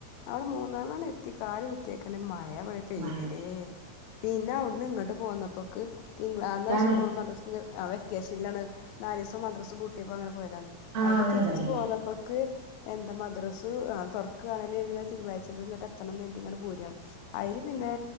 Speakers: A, on the left; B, on the right.
A: അവടെ മൂന്നാർന്നട് എത്തി കാലു കു ത്തെക്കിന് മഴ ഇബടെ പെയ്തിലെ
B: മഴയത്
A: പിന്നെ ഔട്ന്ന് ഇങ്ങട്ട് പോന്നപ്പക്ക് തിങ്കന്നാ
B: തണു
A: സ്കൂളും മദ്രസിം ആഹ് വെക്കേഷൻലാണ് നാലീസം മദ്രസാ പൂട്ടിയപ്പോ അങ്ങനെ പോയതാണ്
B: ആ
A: അയില്
B: അങ്ങനെ
A: തിരിച്ച്
B: ഉണ്ടായിരുന്നല്ലോ
A: പോന്നപ്പക്ക് എന്താ മദ്രസ് ആ തുറക്കാണലും <unintelligible> തിങ്കളാഴ്ച്ചക്കെ ഇങ്ങട്ട് എത്തണംന്ന് കരുതിങ്ങാണ്ട് പൂരം അയ്ല് പിന്നെ